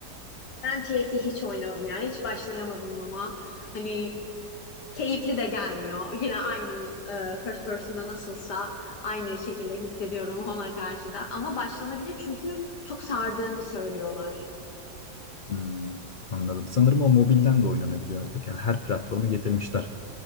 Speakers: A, on the left (about 85°); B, on the left (about 50°).
A: Ben TFT hiç oynamadım yani. Hiç başlayamadım ona. Hani keyifli de gelmiyor. Yine aynı e, first person'da nasılsa aynı şekilde hissediyorum ona karşı da. Ama başlanabilir çünkü çok sardığını söylüyorlar.
B: Hmm, anladım. Sanırım o mobilden de oynanabiliyor artık. Yani her platforma getirmişler.